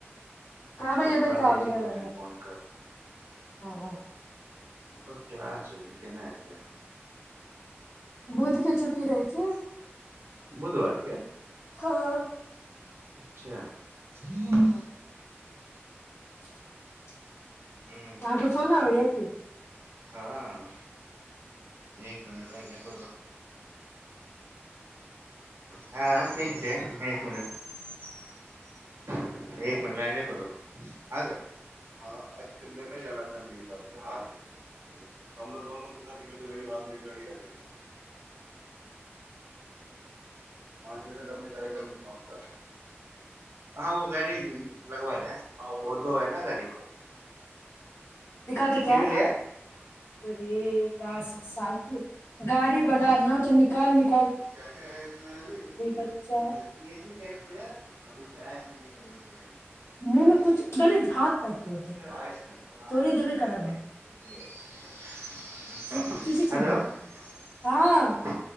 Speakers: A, on the left (about 80°); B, on the right (about 75°).
A: कहबैबै
B: घर
A: तऽ
B: जाइ छी
A: आै
B: फेर फोन
A: हँ
B: ओ क्लास रह्ये केना एतै
A: बुध के छुट्टी रहै छै
B: बुधवारके
A: हँ
B: अच्छा ह
A: हँ <unintelligible>
B: हूँ
A: अहाँकेँ फोन आबैएा की
B: हँ एक मिनट लाग नहिप हँ ठीक छै एक मिनट एक म लाने पड़ब ह आ स ने जाना फैमिल के साथ प द दोे साथ निकल चले बाद मे गाड़ी आी पाँची तक अपने कार्यक्रम समाप्त हँ गाड़ी लगब ल बो हइ ने गाड़ी
A: दखााते
B: की
A: क्य
B: भेलैया
A: े गा साइकिल गाड़ी वाला न तऽ निकाल निक
B: क
A: बच्चा
B: इ
A: मुँह में कुछ डाले त हाथ
B: <unintelligible>
A: पैर तोड़ देब तोड़े देबे करब हम
B: हो
A: से किसी से मारेंगे हँ